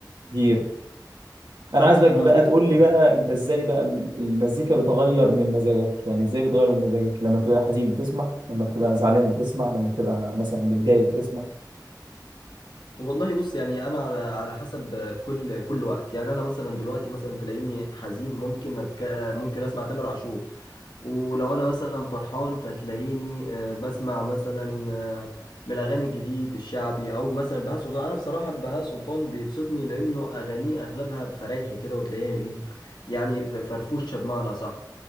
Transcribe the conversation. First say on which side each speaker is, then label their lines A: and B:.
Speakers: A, on the right; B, on the left.
A: كتير انا عايزك
B: انا
A: بقى
B: فاهم
A: تقول لي
B: آه.
A: بقى انت ازاي بقى ال- المزيكا بتغير من مزاجك يعني ازاي بتغير من مزاجك لما بتبقى حزين بتسمع لما بتبقى زعلان بتسمع لما بتبقى مثلا متضايق بتسمع،
B: والله بص يعني انا على على حسب كل كل وقت يعني انا مثلا دلوقتي مثلا تلاقيني حزين ممكن أتك... ممكن اسمع تامر عاشور ولو انا مثلا فرحان فتلاقيني آه، بسمع مثلا آه، من الاغاني الجديد الشعبي او مثلا بهاء سلطان انا بصراحه بهاء سلطان بيبسطني لانه اغانيه اغلبها فرايحي كده وتلاقيها ايه يعني ف- فرفوشه بمعنى صح